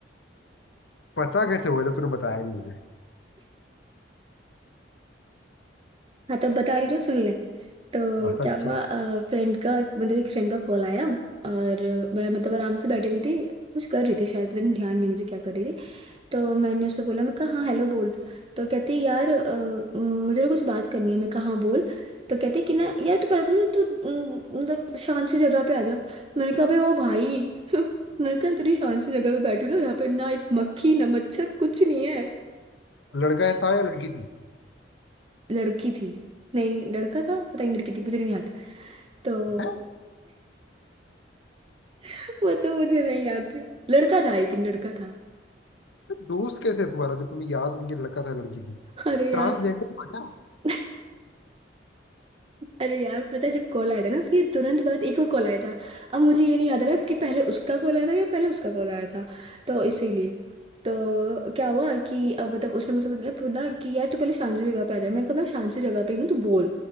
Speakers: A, on the left; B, on the right.
A: पता कैसे होगा जब तूने बताया नहीं मुझे
B: हाँ तब बता रही ना सुन ले तो
A: हाँ,
B: क्या
A: ठीक
B: हुआ फ्रेंड का मतलब एक फ्रेंड का कॉल आया और मैं मतलब आराम से बैठी हुई थी कुछ कर रही थी शायद पता नहीं ध्यान नहीं मुझे क्या कर रही थी तो मैंने उससे बोला मैं कहा हाँ हेलो बोल तो कहती यार अ, मुझे ना कुछ बात करनी है मैं कहा हाँ बोल तो कहती कि ना यार तू पहले तो ना तू अम, मतलब शांत सी जगह पे आ जा मैंने कहा भाई ओ भाई <laughs> मैंने कहा इतनी शांत सी जगह पे बैठी हूँ ना यहाँ पे ना एक मक्खी ना मच्छर कुछ नहीं है
A: लड़का है था या लड़की थी
B: लड़की थी नहीं लड़का था पता नहीं लड़की थी मुझे नहीं याद तो
A: है
B: <laughs> वो तो मुझे नहीं याद लड़का था आई थिंक लड़का था
A: दोस्त कैसे है तुम्हारा जब तुम्हें याद नहीं कि लड़का था या लड़की थी
B: अरे
A: ट्रांसजेंडर
B: यार
A: था क्या?
B: <laughs> अरे यार पता है जब कॉल आया था ना उसके तुरंत बाद एक और कॉल आया था अब मुझे ये नहीं याद आ रहा कि पहले उसका कॉल आया था या पहले उसका कॉल आया था तो इसीलिए तो क्या हुआ कि अब मतलब उसने मुझसे बोला बोला कि यार तू पहले शांत सी जगह पे आ जा मैं कहा मैं शांत सी जगह पे ही हूँ तू बोल